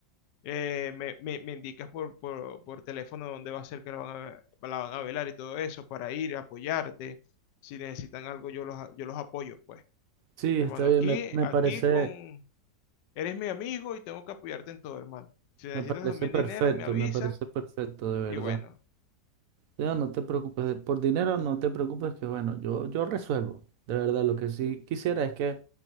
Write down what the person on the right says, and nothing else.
sí,
está bien,
me, me
parece,
me parece
perfecto,
me parece perfecto, de
verdad.
Leo, no te preocupes, de- por dinero no te preocupes, que bueno, yo, yo resuelvo. De verdad, lo que sí quisiera es que